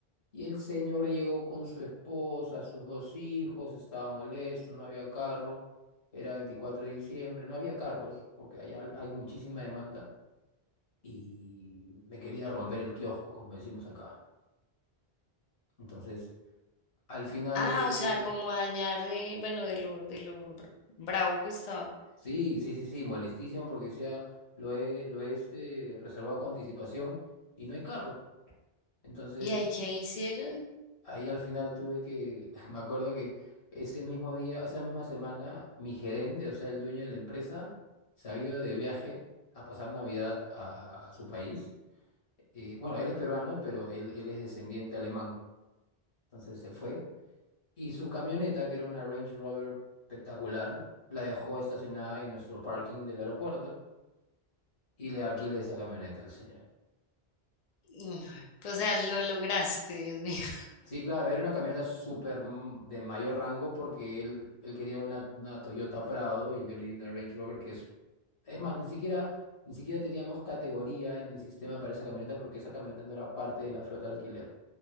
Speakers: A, on the left; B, on the left.
A: Y el señor llegó con su esposa, sus dos hijos, estaba molesto, no había carro, era 24 de diciembre, no había carros, porque allá hay muchísima demanda, y me quería romper el kiosco, como decimos acá. Entonces, al final
B: Ah,
A: lo que
B: o
A: tú...
B: sea, como dañar, eh, bueno, de lo, de lo r- bravo que estaba.
A: Sí, sí, sí, sí, molestísimo porque decía, lo he, lo he este, reservado con anticipación y no hay carro. Entonces...
B: ¿Y ahí qué hicieron?
A: Ahí al final tuve que, <laughs> me acuerdo que ese mismo día, esa misma semana, mi gerente, o sea, el dueño de la empresa, se había ido de viaje a pasar Navidad a, a su país. Eh, bueno, él es peruano, pero él, él es descendiente alemán. Entonces se fue. Y su camioneta, que era una Range Rover espectacular, la dejó estacionada en nuestro parking del aeropuerto y le alquilé esa camioneta al señor.
B: Mm, O sea, lo lograste, Dios mío.
A: Sí, claro, era una camioneta súper m- de mayor rango porque él, él quería una, una Toyota Prado y yo le di una Range Rover que es... Es más, ni siquiera, ni siquiera teníamos categoría en el sistema para esa camioneta porque esa camioneta no era parte de la flota de alquiler.